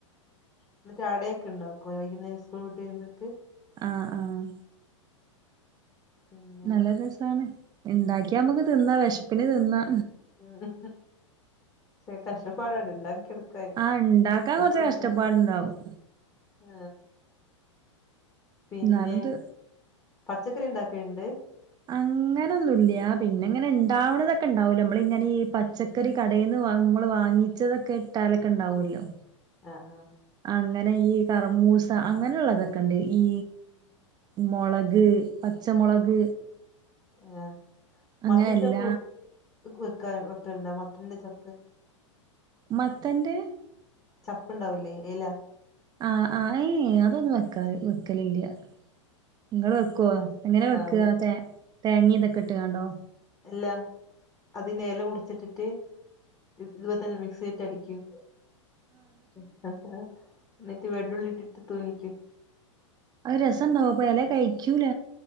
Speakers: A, on the left (about 20°); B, on the right (about 25°).
A: എന്നിട്ട് ആടൊക്കെ ഉണ്ടാ വൈകുന്നേരം സ്കൂള് വിട്ട് വരുമ്പോക്ക്.
B: ആഹ്‌ ആഹ്‌
A: പിന്നെ
B: നല്ല രസാണ് ഇണ്ടാക്കിയ നമക്ക് തിന്നാ വിശപ്പിന് തിന്നാ.
A: ആഹ്‌ രി കഷ്ടപ്പാട് ആണ് ഇണ്ടാക്കി എട് കൈ
B: ആഹ് ഇണ്ടാക്കാൻ
A: <unintelligible>
B: കുറച്ച് കഷ്ടപ്പാടുണ്ടാവും
A: ആ പിന്നെ.
B: എന്നാലും ഇത്
A: പച്ചക്കറി ഉണ്ടാക്ക ഇണ്ട്.
B: അങ്ങനൊന്നുമില്ല. പിന്നെ ഇങ്ങനെ ണ്ടാവണതൊക്കെ ണ്ടാവല്ലോ നമ്മള് ഇങ്ങനെ ഈ പച്ച ക്കറി കടയെന്ന് വാങ്ങുമ്പോള് വാങ്ങിച്ചതൊക്കെ ഇട്ടാലൊക്കെ ണ്ടാവുമല്ലോ.
A: ആഹ് ആഹ്
B: അങ്ങനെ ഈ കറമൂസ അങ്ങനെയുള്ളതൊക്കെണ്ട് ഈ മുളക് പച്ചമുളക്.
A: ഏയ്
B: അങ്ങനെയല്ല
A: മത്തൻ ചപ്പ് വെക്കാ വെക്കലിണ്ടോ മത്തന്റെ ചപ്പ്
B: മത്തന്റ്‌
A: ചപ്പുണ്ടാവൂലെ ഇല.
B: ആഹ് ആഹ് ഏയ് അതൊന്നും വെക്കാറ് വെക്കലില്ല. നിങ്ങള് വെക്കുവോ
A: ആഹ്
B: എങ്ങനെ വെക്കുക
A: ആഹ്
B: തേ തേങ്ങ ഇതൊക്കെ ഇട്ടുങ്ങാണ്ടോ?
A: ഇല്ലാ അതിന് ഇല മുറിച്ചിട്ടിട്ട്. ഇത് ഇതുപോല തന്നെ മിക്സി ഇറ്റ് അടിക്കും ആ ഹ ഹാ ന്നിട്ട് വെള്ളുള്ളി ഇട്ടിട്ട് തൊലിക്കും
B: അത് രസണ്ടാവോ അപ്പൊ എല കഴിക്കൂല